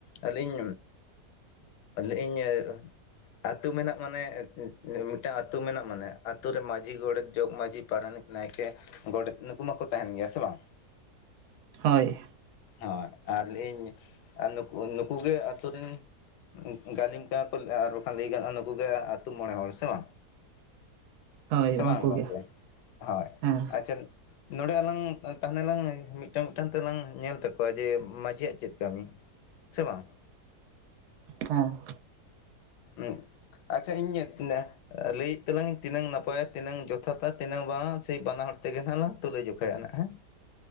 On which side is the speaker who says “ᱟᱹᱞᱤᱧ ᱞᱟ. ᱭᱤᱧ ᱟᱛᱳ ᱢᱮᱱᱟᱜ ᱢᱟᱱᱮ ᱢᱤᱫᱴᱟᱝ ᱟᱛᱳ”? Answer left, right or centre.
Left